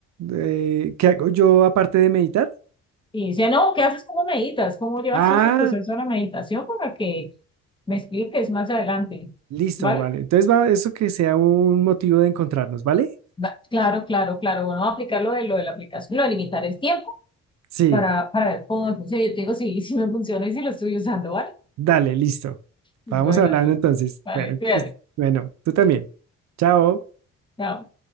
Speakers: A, on the right (about 65°); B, on the left (about 15°).
A: eh, ¿qué hago yo aparte de meditar?
B: Y dice, no, ¿qué haces? ¿Cómo meditas? ¿Cómo llevas
A: Ah,
B: todo ese proceso de la meditación para que me expliques más adelante?
A: listo,
B: ¿Vale?
A: vale. Entonces va eso que sea un motivo de encontrarnos, ¿vale?
B: Va- Claro, claro, claro. Bueno, vamos a aplicar lo de, lo de la aplicación, lo de limitar el tiempo
A: Sí.
B: para, para ver cómo me funciona. Yo te digo, sí, sí me funciona y si lo estoy usando, ¿vale?
A: Dale, listo.
B: Buenas
A: Vamos hablando
B: noches.
A: entonces.
B: Vale,
A: Bueno,
B: cuídate.
A: que, bueno, tú también. Chao.
B: Chao.